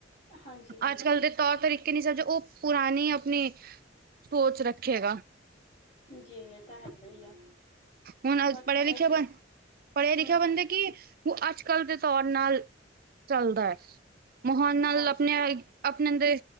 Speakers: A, on the left (about 40°); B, on the right (about 50°).
A: ਹਾਂਜੀ ਹਾਂਜੀ
B: ਅੱਜ ਕੱਲ੍ਹ ਦੇ ਤੌਰ ਤਰੀਕੇ ਨੀ ਸਮਝੋ ਉਹ ਪੁਰਾਣੇ ਆਪਣੇ ਸੋਚ ਰੱਖੇਗਾ।
A: ਜੀ ਇਹ ਤਾਂ ਹੈਗਾ ਹੀ ਆ।
B: ਹੁਣ
A: ਬਾਕੀ
B: ਅ ਪੜ੍ਹਿਆ ਲਿਖਿਆ
A: ਐ ਜਿਵੇਂ
B: ਬੰਦਾ, ਪੜ੍ਹਿਆ
A: ਹੂੰ
B: ਲਿਖਿਆ ਬੰਦੇ
A: ਹੂੰ ਹੂੰ
B: ਕਿ ਉਹ ਅੱਜ ਕੱਲ੍ਹ ਦੇ ਤੌਰ ਨਾਲ ਚੱਲਦਾ ਐ, ਮੂਹਾਨ ਨਾਲ
A: ਹਾਂਜੀ
B: ਆਪਣੇ ਆਪਣੇ ਅ ਦੇ